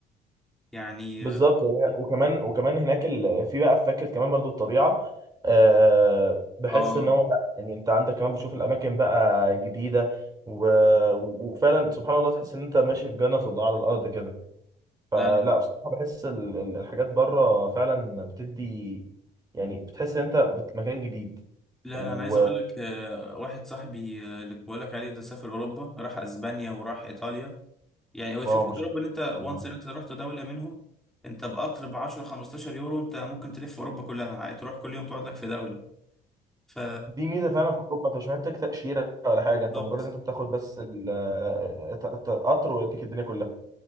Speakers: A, in the centre; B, on the right.
A: يعني
B: بالظبط هي- وكمان وكمان هناك ال... في بقى في فكره كمان برضو الطبيعه أه بحس
A: اه
B: ان هو لا يعني انت عندك كمان بتشوف الاماكن بقى جديده و... وفعلا سبحان الله تحس ان انت ماشي في جنه الله على الارض كده فلا
A: لا لا
B: بصراحه بحس ال... ال- الحاجات بره فعلا بتدي يعني بتحس ان انت بت... مكان جديد
A: لا
B: و
A: لا، انا عايز اقول لك آه، واحد صاحبي آه، اللي بقول لك عليه ده سافر اوروبا راح اسبانيا وراح ايطاليا يعني هو
B: واو
A: فكره
B: ما شاء
A: اوروبا ان انت وانس
B: الله
A: ان انت رحت دوله منهم انت بقطر ب 10 15 يورو انت ممكن تلف اوروبا كلها عادي تروح كل يوم تقعد لك في دوله ف
B: دي ميزه فعلا في اوروبا انت مش محتاج تاشيره ولا حاجه
A: بالظبط
B: انت مجرد انت بتاخد بس ال... ت- ت- قطر ويديك الدنيا كلها